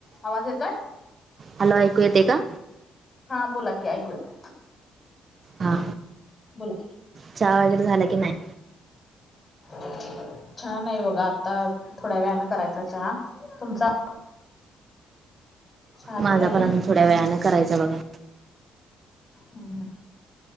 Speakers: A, on the left (about 30°); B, on the right (about 40°).
A: आवाज येतोय.
B: हॅलो ऐकू येते का?
A: हा बोला की ऐकू येत.
B: हा!
A: बोल
B: चहा वगैरे झाला की नाही
A: हा नाही बघा आता थोड्या वेनें करायचा चहा तुमचा चहा
B: माझा
A: ते झालं
B: पण अून थोड्या व्यायानें करायचा बघा
A: ह